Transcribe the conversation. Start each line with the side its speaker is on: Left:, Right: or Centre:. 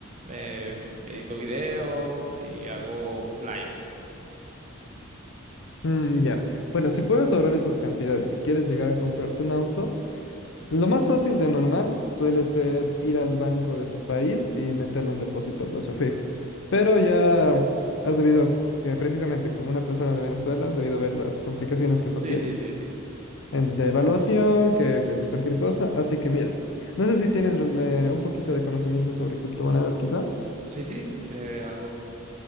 Right: eh, edito videos y hago flyers.
Left: Mm, ya. Bueno, si puedes ahorrar esas cantidades, si quieres llegar a comprarte un auto, Lo más fácil de normal suele ser ir al banco de tu país y meterlo en depósito a plazo fijo. Pero ya has debido, que precisamente como una persona de Venezuela, has debido ver las complicaciones que eso
Right: Sí,
Left: tiene.
Right: sí, sí, sí.
Left: en- De evaluación, que que cualquier cosa. Así que mira, no sé si tienes eh, un poquito de conocimiento sobre criptomonedas quizá.
Right: Sí, sí, eh, algo.